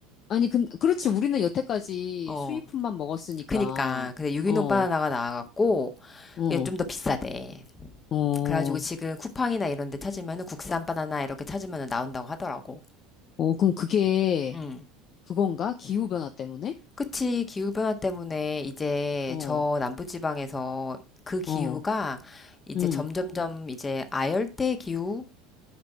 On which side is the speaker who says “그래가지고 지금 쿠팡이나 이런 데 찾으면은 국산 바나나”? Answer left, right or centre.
Left